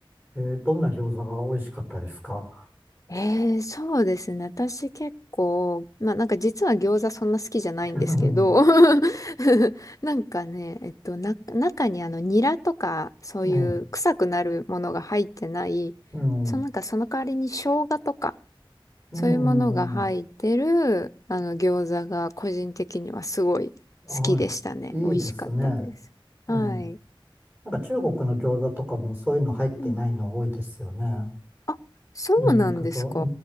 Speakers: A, on the right; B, on the left.
A: えーどんな餃子が美味しかったですか
B: ええそうですね。私結構、まあなんか実は餃子そんな好きじゃないんですけど、
A: <laughs> うん
B: <laughs> なんかね、えっと、な、中にあのニラとかそういう臭くなるものが入ってない、
A: ね、うん、
B: そのなんかその代わりに生姜とか
A: うん、
B: そういうものが入ってるあの餃子が個人的にはすごい好きでしたね。
A: はい、
B: 美味しかったです。
A: いいですね。えー
B: はい。
A: なんか中国の餃子とかもそういうの入ってないの多いですよね。
B: うん。あ、そうなんですか
A: ニンニクと、う